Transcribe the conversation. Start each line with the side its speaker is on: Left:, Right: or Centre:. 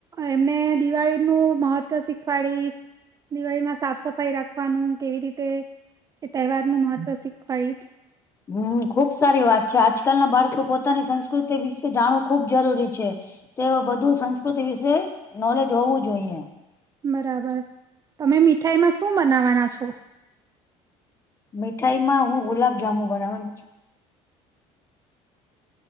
Right: એમને દિવાળી નું મહત્વ શીખવાડીશ દિવાળીમાં સાફ સફાઈ રાખવાનું કેવી રીતે એ તહેવાર નું મહત્વ શીખવાડીશ
Left: હમ ખુબ સારી વાત છે આજકાલ ના બાળકો પોતાની સંસ્કૃતિ વિશે જાણવું ખુબ જરૂરી છે. તે બધું સંસ્કૃતિ વિશે નોલેજ હોવું જોઈએ
Right: બરાબર તમે મીઠાઈમાં શું બનાવાના છો.
Left: મીઠાઈ માં હું ગુલાબજામુ બનાવાનું છું.